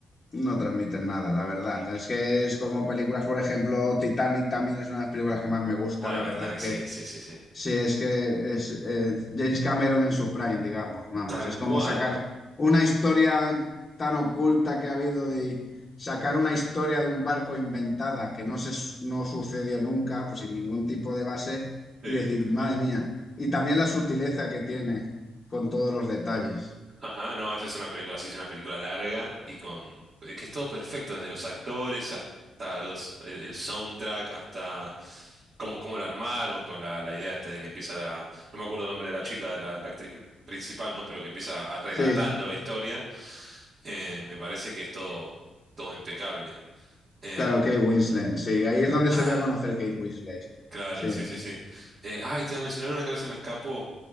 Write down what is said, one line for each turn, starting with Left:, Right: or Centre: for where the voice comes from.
Left: no transmiten nada, la verdad. Es que es como películas, por ejemplo, Titanic también es una de las películas que más me gusta.
Right: Bueno,
Left: La verdad
Right: Titanic,
Left: es
Right: sí,
Left: que
Right: sí, sí, sí.
Left: Sí, es que es eh, James Cameron en su prime, digamos, vamos,
Right: Tal
Left: es
Right: cual.
Left: como sacar una historia tan oculta que ha habido de sacar una historia de un barco inventada que no se no sucedió nunca, pues sin ningún tipo de base y
Right: Sí.
Left: decir, madre mía, y también la sutileza que tiene con todos los detalles.
Right: Ajá, no, esa es una película, sí, es una película larga y con... que es todo perfecto, desde los actores hasta los, el, el soundtrack, hasta cómo, cómo la armaron, con la, la idea esta de que empieza la... No me acuerdo el nombre de la chica, de la, la actriz pri- principal, ¿no? Pero que empieza a- relatando
Left: Sí,
Right: la historia. Eh, me parece que es todo, todo impecable. Em,
Left: claro, Kate Winslet, sí, ahí es donde
Right: ah,
Left: se dio a conocer Kate Winslet.
Right: claro,
Left: Sí,
Right: sí, sí, sí. Eh, ay, te iba a mencionar una que ahora se me escapó.